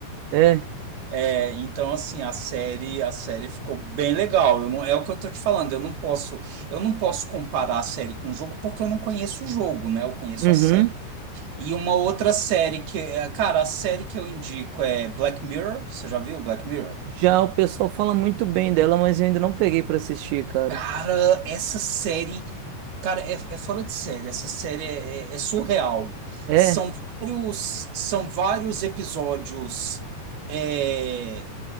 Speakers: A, on the right; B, on the right.
A: É.
B: É, então, assim, a série, a série ficou bem legal. Eu não, é o que eu tô te falando. Eu não posso, eu não posso comparar a série com o jogo porque eu não conheço o jogo, né? Eu conheço
A: Uhum.
B: a série. E uma outra série que, é, cara, a série que eu indico é Black Mirror. Você já viu Black Mirror?
A: Já o pessoal fala muito bem dela, mas eu ainda não peguei pra assistir, cara.
B: Cara, essa série, cara, é, é fora de série. Essa série é, é- é surreal.
A: É?
B: São vários, são vários episódios é,